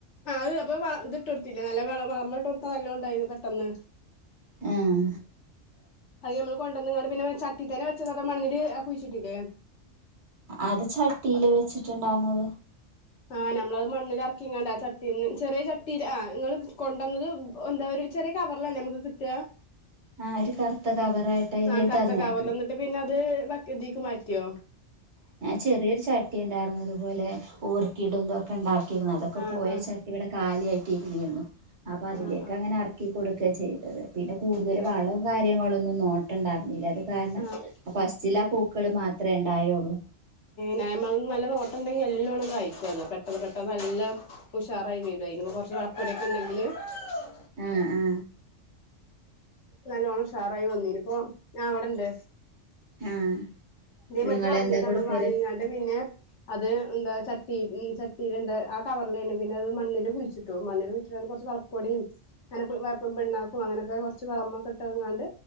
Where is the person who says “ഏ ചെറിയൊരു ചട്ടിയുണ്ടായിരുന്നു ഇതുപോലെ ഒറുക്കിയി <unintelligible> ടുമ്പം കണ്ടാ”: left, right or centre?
Right